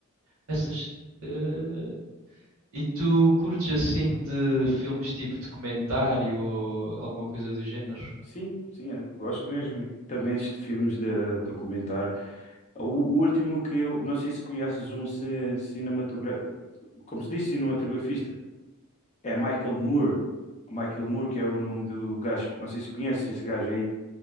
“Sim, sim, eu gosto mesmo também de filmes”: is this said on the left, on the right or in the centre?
Left